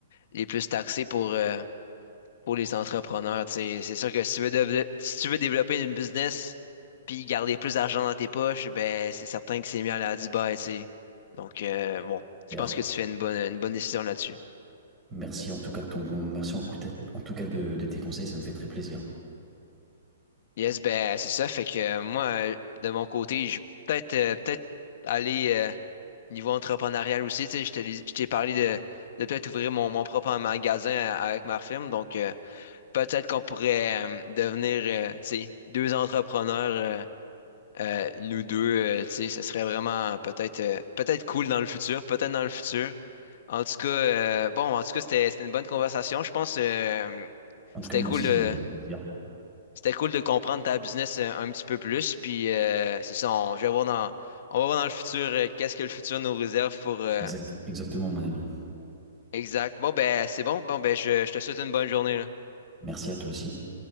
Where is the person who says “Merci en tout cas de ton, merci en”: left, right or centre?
Right